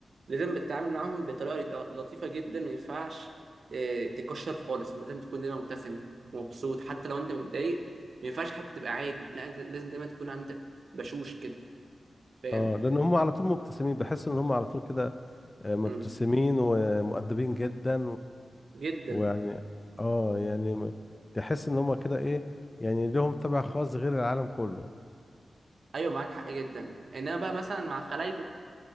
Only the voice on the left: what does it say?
اه لان هم على طول مبتسمين بحس ان هم على طول كده آه، مبتسمين
ومؤدبين جدا
ويعني اه يعني م- تحس ان هما كده ايه يعني لهم طبع خاص غير العالم كله